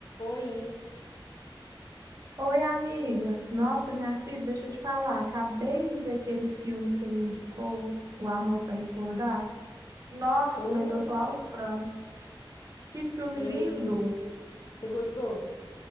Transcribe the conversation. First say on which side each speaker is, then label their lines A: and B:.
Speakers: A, on the left (about 45°); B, on the right (about 40°).
A: Oi.
B: Oi, amiga. Nossa, minha filha, deixa eu te falar. Acabei de ver aquele filme que você me indicou, O Amor para Recordar. Nossa,
A: Oh,
B: mas eu tô aos prantos. Que filme
A: ei,
B: lindo!
A: você gostou?